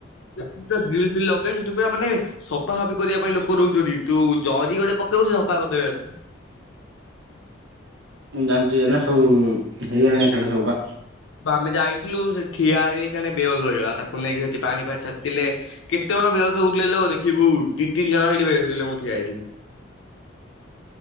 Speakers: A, on the left; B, on the right.
A: ଦ ପୁରା ଗ୍ରୀିଲ ଫିଲ୍ ସେଠୁ ପୁରା ମାନେ ସଫା ସଫି କରିବା ପାଇଁ ଲୋକ ରହୁଛନ୍ତି। ତୁ ଜଦି ଗୋଟେ ଜରି ପକେଇବୁ ସେ ସଫା କରିଦେବେ ଆସି।
B: ମୁଁ ଜାଣିଛି ନା ସବୁ ହେଇଗଲାଣି ସେଟା ସବୁ ବା।
A: ଆମେ ଯାଇଥିଲୁ ସେ ଠିଆ ହେଇଯାଇ ଜଣେ ବହସ ହେଇଗଲା ତାକୁ ନେଇକି ସେଠି ପାଣି ଫାଣି ଛାତିିଲେ କେତେ ଜଣ ବେହସ ହଉଥିଲେ ଦେଖିବୁ ଦି ଠି ବସିଲ ମୁଁ ଠିଆ ହେଇଥିଲି